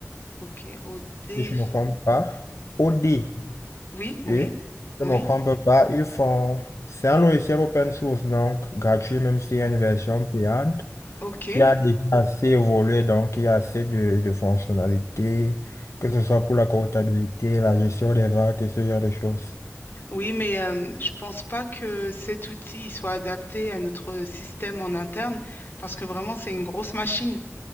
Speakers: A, on the left; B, on the left.
A: ok. O-D-2-O.
B: si je me trompe pas. Audi,
A: Oui, oui,
B: oui. Je
A: oui.
B: me trompe pas. Ils font. C'est un logiciel open source, donc gratuit, même s'il y a une version payante,
A: Ok.
B: qui a déjà assez évolué, donc il y a assez de, de fonctionnalités, que ce soit pour la comptabilité, la gestion des ventes et ce genre de choses.
A: Oui, mais euh, je pense pas que cet outil il soit adapté à notre système en interne parce que vraiment, c'est une grosse machine.